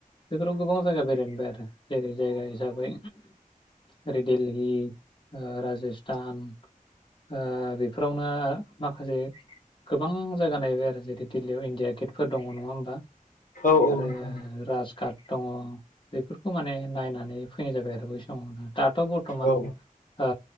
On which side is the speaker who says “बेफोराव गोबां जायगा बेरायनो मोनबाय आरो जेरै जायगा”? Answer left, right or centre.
Left